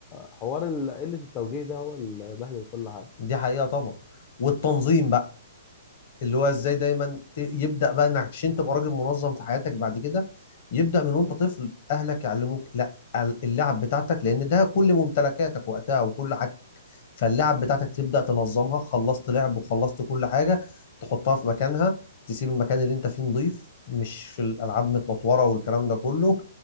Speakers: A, on the left (about 25°); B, on the left (about 50°).
A: حوار ال- قلة التوجيه ده هو اللي بهدل كل حاجة
B: دي حقيقه طبعا والتنظيم بقى اللي هو ازاي دايما ت- يبدا بقى انك عشان تبقى راجل منظم في حياتك بعد كده يبدا من وانت طفل اهلك يعلموك لا اللعب بتاعتك لان ده كل ممتلكاتك وقتها وكل حاجه فاللعب بتاعتك تبدأ تنظمها خلصت لعب وخلصت كل حاجة تحطها في مكانها تسيب المكان اللي انت فيه نظيف مش الألعاب متنطورة والكلام ده كله